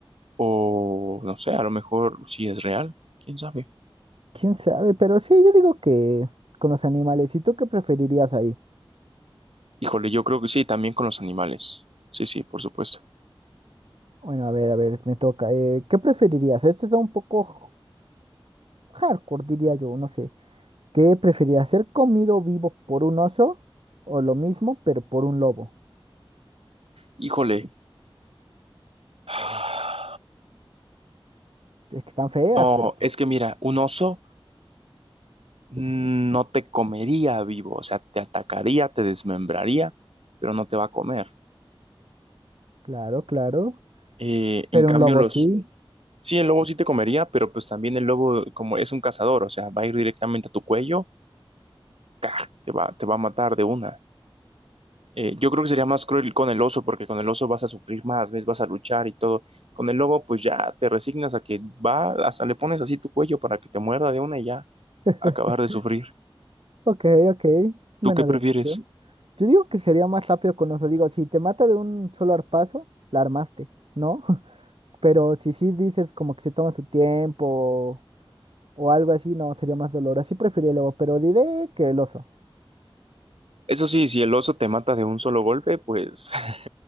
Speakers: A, on the right; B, on the right.
A: o no sé, a lo mejor sí es real, quién sabe.
B: ¿Quién sabe? Pero sí, yo digo que con los animales. ¿Y tú qué preferirías ahí?
A: Híjole, yo creo que sí, también con los animales. Sí, sí, por supuesto.
B: Bueno, a ver, a ver, me toca. Eh, ¿qué preferirías? Este está un poco hardcore, diría yo, no sé. ¿Qué preferirías? ¿Ser comido vivo por un oso o lo mismo, pero por un lobo?
A: Híjole. <sighs>
B: Es que están feas,
A: No,
B: pero pues,
A: es que mira, un oso no te comería vivo, o sea, te atacaría, te desmembraría, pero no te va a comer.
B: claro, claro.
A: Eh, en
B: Pero
A: cambio,
B: un lobo
A: los...
B: sí.
A: Sí, el lobo sí te comería, pero pues también el lobo, como es un cazador, o sea, va a ir directamente a tu cuello, ¡ca! te va, te va a matar de una. Eh, yo creo que sería más cruel con el oso, porque con el oso vas a sufrir más, ¿ves? Vas a luchar y todo. Con el lobo, pues ya te resignas a que va, hasta le pones así tu cuello para que te muerda de una y ya,
B: <laughs>
A: acabar de sufrir.
B: Ok, ok.
A: ¿Tú
B: Buena
A: qué prefieres?
B: deducción. Yo digo que sería más rápido con oso. Digo, si te mata de un solo arpazo, la armaste, ¿no? <laughs> Pero si sí dices como que se toma su tiempo o algo así, no, sería más dolor. Así preferiría el lobo, pero diré que el oso.
A: Eso sí, si el oso te mata de un solo golpe, pues <laughs>